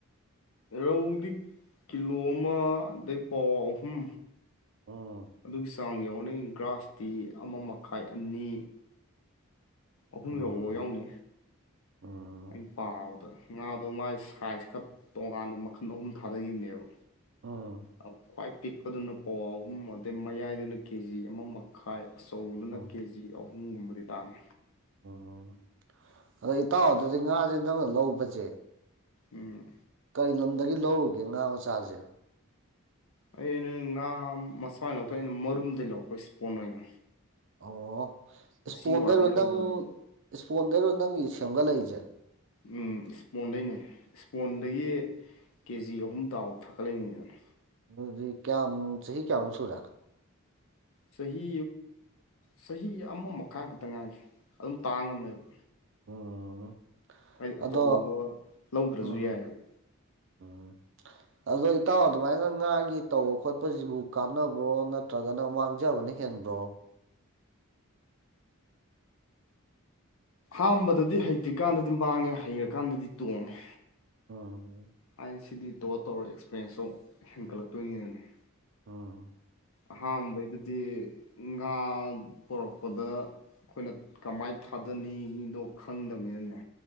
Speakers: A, on the left (about 70°); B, on the right (about 60°).
A: ꯔꯧꯗꯤ ꯀꯤꯂꯣ ꯑꯃꯗꯒꯤ ꯄꯥꯎ ꯑꯍꯨꯝ
B: ꯎꯝ
A: ꯑꯗꯨꯒꯤ ꯆꯥꯡ ꯌꯧꯅꯤ ꯒ꯭ꯔꯥꯁꯇꯤ ꯑꯃ ꯃꯈꯥꯏ ꯑꯅꯤ ꯑꯍꯨꯝ
B: ꯎꯝ
A: ꯐꯥꯎꯕꯥꯎ ꯌꯥꯎꯅꯤ
B: ꯎꯝ
A: ꯑꯩꯅ ꯄꯥꯕꯗ ꯉꯥꯗꯣ ꯃꯥꯥꯏ ꯁꯥꯏꯖ ꯈꯔ ꯇꯣꯉꯥꯟꯕ ꯃꯈꯜ ꯑꯍꯨꯝ ꯊꯥꯗꯈꯤꯕꯅꯦꯕ
B: ꯎꯝ
A: ꯑ ꯈ꯭ꯋꯥꯥꯏ ꯄꯤꯛꯄꯗꯨꯅ ꯄꯋꯥ ꯑꯍꯨꯝ ꯑꯗꯩ ꯃꯌꯥꯏꯗꯨꯅ ꯀꯦ ꯖꯤ ꯑꯃ ꯃꯈꯥꯏ ꯑꯆꯧꯕꯗꯨꯅ
B: ꯎꯝ
A: ꯀꯦ ꯖꯤ ꯑꯍꯨꯝ ꯑꯍꯨꯝꯒꯨꯝꯕꯗꯤ ꯇꯥꯅꯤ
B: ꯎꯝ ꯑꯗꯣ ꯏꯇꯥꯎ ꯑꯗꯨꯗꯤ ꯉꯥꯁꯦ ꯅꯪꯅ ꯂꯧꯕꯁꯦ
A: ꯎꯝ
B: ꯀꯔꯤ ꯂꯝꯗꯒꯤ ꯂꯧꯔꯨꯒꯦ ꯉꯥ ꯃꯆꯥꯁꯦ
A: ꯑꯩꯅ ꯉꯥ ꯃꯁꯏꯅ ꯂꯧꯊꯣꯛ ꯑꯩꯅ ꯃꯔꯨꯝꯗꯒꯤ ꯂꯧꯔꯄ ꯏꯁꯄꯣꯟ ꯑꯣꯏꯅ
B: ꯑꯣ
A: ꯎꯆꯤ
B: ꯏꯁꯄꯣꯟꯗꯔꯣ
A: ꯋꯥꯗꯩ ꯂꯧꯕꯅꯦꯕ
B: ꯅꯪ ꯏꯁꯄꯣꯟꯗꯔꯣ ꯅꯪꯒꯤ ꯁꯦꯝꯒꯠꯂꯛꯏꯁꯦ
A: ꯎꯝ ꯏꯁꯄꯣꯟꯗꯅꯦ ꯏꯁꯄꯣꯟꯗꯒꯤ ꯀꯦ ꯖꯤ ꯑꯍꯨꯝ ꯇꯥꯎꯨꯛ ꯊꯥꯒꯠꯂꯛꯏꯅꯤꯗꯅ
B: ꯑꯗꯨꯗꯤ ꯀꯌꯥꯝ ꯆꯍꯤ ꯀꯌꯥꯃꯨꯛ ꯁꯨꯔ
A: ꯆꯍꯤ ꯆꯍꯤ ꯑꯃ ꯃꯈꯥꯏ ꯈꯛꯇ ꯉꯥꯏꯁꯦ ꯑꯗꯨꯝ ꯇꯥꯡꯉꯝꯃꯦꯕ
B: ꯎꯝ
A: ꯍꯥꯏꯗꯤ ꯑꯆꯧꯕ
B: ꯑꯗꯣ
A: ꯂꯧꯗ꯭ꯔꯁꯨ
B: ꯎꯝ
A: ꯌꯥꯏꯑꯕ
B: ꯎꯝ ꯑꯗꯣ ꯏꯇꯥꯎ ꯑꯗꯨꯃꯥꯏꯅ ꯉꯥꯒꯤ ꯇꯧꯕ ꯈꯣꯠꯄꯁꯤꯕꯨ ꯀꯥꯟꯅꯕ꯭ꯔꯣ ꯅꯠꯇ꯭ꯔꯒꯅ ꯃꯥꯡꯖꯕꯅꯤ ꯍꯦꯟꯕ꯭ꯔꯣ
A: ꯑꯝꯕꯗꯗꯤ ꯍꯩꯇ꯭ꯔꯤꯀꯥꯟꯗꯗꯤ ꯃꯥꯡꯉꯦ ꯍꯩꯔꯀꯥꯟꯗꯗꯤ ꯇꯣꯡꯉꯦ
B: ꯑꯣꯝ
A: ꯑꯩ ꯁꯤꯗꯤ ꯇꯧꯔ ꯇꯧꯔ ꯑꯦꯛꯁꯄꯔꯤꯦꯟꯁꯇꯣ ꯍꯦꯟꯒꯠꯂꯛꯇꯣꯏꯅꯤꯅꯅꯦ
B: ꯎꯝ
A: ꯑꯍꯥꯟꯕꯩꯗꯨꯗꯤ ꯉꯥ ꯄꯨꯣꯔꯛꯄꯗ ꯑꯩꯈꯣꯏꯅ ꯀꯃꯥꯏ ꯊꯥꯗꯅꯤꯗꯣ ꯈꯪꯗꯕꯅꯤꯅꯅꯦ